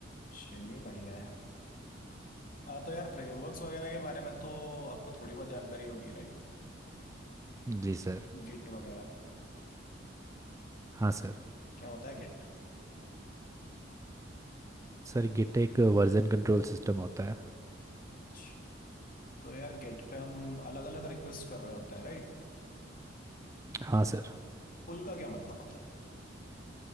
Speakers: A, on the left; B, on the right.
A: चलिए बढ़िया है हाँ तो यार फ्रेमवर्क्स वगैरह के बारे में तो आपको थोड़ी बहुत जानकारी होगी राइट
B: जी सर
A: गिट वगैरह
B: हाँ सर
A: क्या होता है गिट
B: सर गिट एक वर्जन कंट्रोल सिस्टम होता है
A: अच्छा तो यार गिट पे हम अलग अलग रिक्वेस्ट कर रहे होते हैं राइट
B: हाँ सर
A: पुल का क्या मतलब होता है